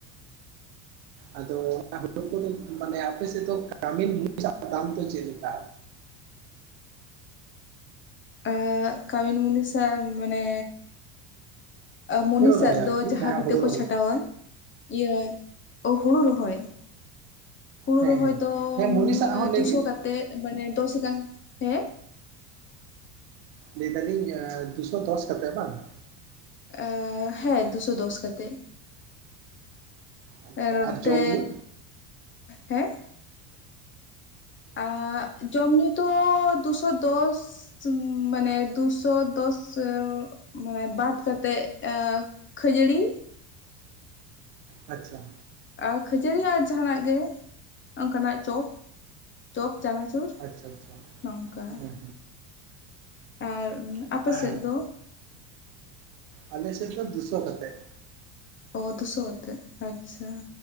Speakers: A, on the right (about 85°); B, on the left (about 25°).
A: ᱟᱫᱚ ᱦᱩᱲᱩ ᱠᱚᱫᱚ ᱢᱟᱱᱮ ᱟᱯᱮ ᱥᱮᱫ ᱫᱚ ᱠᱟᱹᱢᱤᱱ ᱫᱟᱢ ᱫᱚ ᱪᱮᱫ ᱞᱮᱠᱟ?
B: ᱟ ᱠᱟᱹᱣᱤᱱ ᱢᱩᱱᱤ ᱥᱟ ᱢᱟᱱᱮ ᱢᱩᱱᱤᱥᱟᱜ
A: ᱦᱳᱲᱳ ᱨᱚᱦᱚᱭ
B: ᱫᱚ
A: ᱟᱨᱠᱤ
B: ᱡᱟᱦᱟᱸ ᱵᱷᱤᱛᱟᱹ
A: ᱦᱳᱲᱳ
B: ᱠᱚ
A: ᱨᱚᱦᱚᱭ
B: ᱪᱷᱟᱴᱟᱣᱟ ᱤᱭᱟᱹ ᱚ ᱦᱳᱲᱳ ᱨᱚᱦᱚᱭ᱾ ᱦᱩᱲᱩ
A: ᱦᱮᱸ
B: ᱨᱚᱦᱚᱭ
A: ᱦᱮᱸ
B: ᱫᱚ
A: ᱦᱮᱸ ᱢᱩᱱᱤᱥᱟᱜ ᱦᱚᱸ ᱞᱟᱹᱭ
B: ᱫᱩᱥᱚ
A: ᱵᱤᱱ
B: ᱠᱟᱛᱮᱫ ᱢᱟᱱᱮ ᱫᱚᱥ <unintelligible> ᱛᱮ
A: ᱞᱟᱹᱭᱫᱟᱞᱤᱧ ᱫᱩᱥᱚ ᱫᱚᱥ ᱠᱟᱛᱮᱜ ᱵᱟᱝ᱾
B: ᱮ ᱦᱮᱸ ᱫᱩᱥᱚ ᱫᱚᱥ ᱠᱟᱛᱮᱜ᱾
A: ᱟᱪᱪᱷᱟ
B: ᱮ ᱱᱚᱛᱮ
A: ᱟᱨ ᱡᱚᱢ ᱧᱩ
B: ᱦᱮᱸ᱾ ᱟᱻᱜ ᱡᱚᱢ ᱧᱩ ᱫᱚ ᱫᱩᱥᱚ ᱫᱚᱥ ᱢᱟᱱᱮ ᱫᱩᱥᱚ ᱫᱚᱥ ᱢᱟᱱᱮ ᱵᱟᱫᱽ ᱠᱟᱛᱮᱜ ᱟᱠ ᱠᱷᱟᱹᱡᱟᱹᱲᱤ,
A: ᱟᱪᱪᱷᱟ
B: ᱟᱨ ᱠᱷᱟᱹᱡᱟᱹᱲᱤ ᱟᱨ ᱡᱟᱦᱟᱱᱟᱜ ᱜᱮ ᱚᱱᱠᱟᱱᱟᱜ ᱪᱚᱯ ᱪᱚᱯ ᱪᱟᱱᱟ ᱛᱩᱨ
A: ᱟᱪᱪᱷᱟ ᱟᱪᱪᱷᱟ
B: ᱱᱚᱝᱠᱟ᱾
A: ᱦᱮᱸ
B: ᱟᱨ
A: ᱦᱮᱸ
B: ᱟᱯᱮ ᱥᱮᱫ ᱫᱚ?
A: ᱟᱞᱮ ᱥᱮᱜ ᱫᱚ ᱫᱩᱥᱚ ᱠᱟᱛᱮᱜ᱾
B: ᱚ ᱫᱩᱥᱚ ᱠᱟᱛᱮᱜ? ᱟᱪᱪᱷᱟ᱾